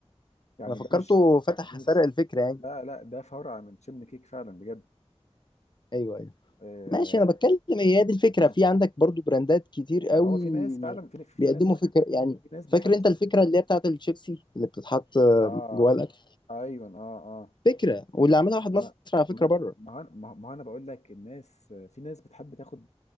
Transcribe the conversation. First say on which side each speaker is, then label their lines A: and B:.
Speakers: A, on the left (about 80°); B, on the left (about 45°).
A: يعني
B: أنا فكرته
A: ده مش
B: فتح
A: ده مش
B: سرق الفكرة يعني
A: لا لا ده فرع من تشيمني كيك فعلا بجد
B: أيوه أيوه
A: اه,
B: ماشي أنا بتكلم هي دي الفكرة
A: آه
B: في عندك برضو براندات كتير قوي
A: ما هو في ناس فعلا في في
B: بيقدموا
A: ناس قالك
B: فكرة يعني
A: في ناس بتحب
B: فاكر أنت الفكرة اللي هي بتاعت الشيبسي اللي بتتحط آه،
A: اه
B: جواها الأكل
A: ايوه اه اه
B: فكرة واللي عاملها واحد مصري
A: انا
B: على فكرة
A: ما
B: بره
A: ما ما ما انا بقول لك الناس في ناس بتحب تاخد